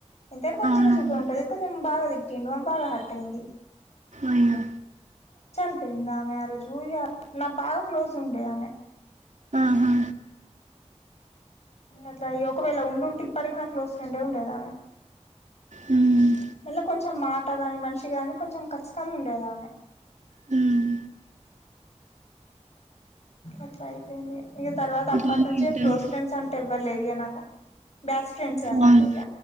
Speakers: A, on the left; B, on the right.
A: ఎంతైనా కొంచెం
B: అవునవును
A: చిన్న చూపే టది కొంచెం బాగా తిట్టిండు ఆమె బాగా హట్ అయింది
B: అయ్యో
A: చనిపోయిందామె ఆ రోజు ఇగ నా బాగా క్లోజ్ ఉండే ఆమె
B: ఆహా
A: అట్లా ఒకవేళ ఉండుంటే ఇప్పటికి నా క్లోజ్ ఫ్రెండే ఉండేదామె
B: హ్మ్
A: మళ్ళా కొంచెం మాట గాని మనిషి గాని కొంచెం ఖచ్చితం ఉండేది ఆమె
B: హ్మ్
A: అట్ల అయిపేయింది ఇగ తర్వాత అప్పటి
B: ఇంకేంటది
A: నుంచే క్లోజ్ ఫ్రెండ్స్ అంటే ఎవ్వరు లేరు ఇగ నాకు బ్యాచ్ ఫ్రెండ్స్ అన్నట్టు
B: అవును
A: ఇక